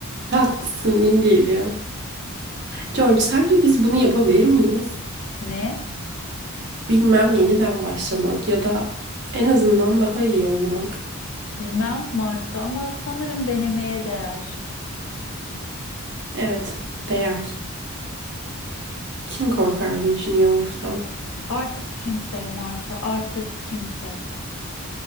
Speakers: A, on the right; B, on the left.
A: Tatlısın, iyi geliyor. George, sence biz bunu yapabilir miyiz?
B: Ne?
A: Bilmem yeniden başlamak ya da en azından daha iyi olmak.
B: Bilmem Marta ama sanırım denemeye değer.
A: Evet, değer. Kim korkar Virginia Woolf'tan?
B: Artık kimse Marta, artık kimse.